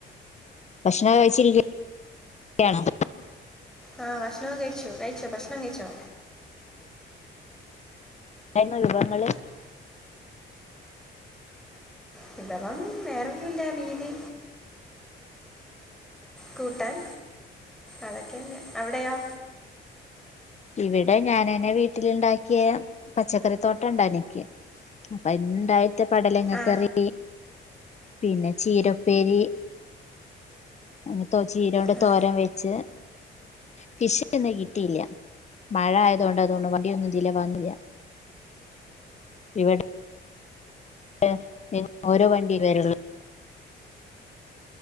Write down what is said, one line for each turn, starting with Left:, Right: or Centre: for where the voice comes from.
Left: ഭക്ഷണം കഴിച്ചിരിക്കു യാണോ?
Centre: ആ ഭക്ഷണവും കഴിച്ചു കഴിച്ചോ ഭക്ഷ്ണം കഴിച്ചോ
Left: എന്തായിരുന്നു വിഭവങ്ങള്
Centre: വിഭവം വേറൊന്നുമില്ല മീന് കൂട്ടാൻ അതൊക്കെന്നെ അവിടെയോ?
Left: ഇവിടെ ഞാനെന്നെ വീട്ടിലുണ്ടാക്കിയ പച്ചക്കറിത്തോട്ടം ഇണ്ട എനിക്ക് അപ്പൊ അതിലിണ്ടായിട്ട പടലങ്ങക്കറി
Centre: ആ
Left: പിന്നെ ചീരപ്പേരി അങ്ങന ചീര കൊണ്ട്
Centre: ആ
Left: തോരൻ വെച്ച് ഫിഷ് ഇന്ന് കിട്ടിയില്ല മഴ ആയതുകൊണ്ട് അതുകൊണ്ട് വണ്ടിയൊന്നും ഇതിലെ വന്നില്ല ഇവിടെ ടേ ഓരോ വണ്ടി വരള്ളൂ